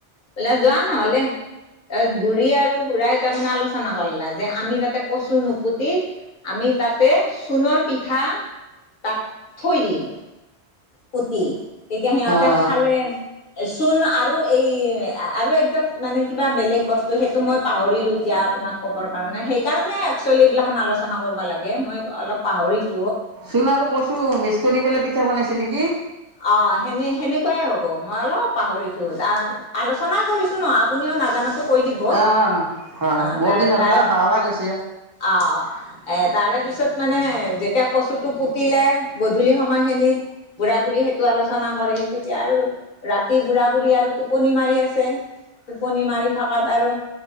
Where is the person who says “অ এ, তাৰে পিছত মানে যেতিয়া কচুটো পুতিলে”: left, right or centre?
Left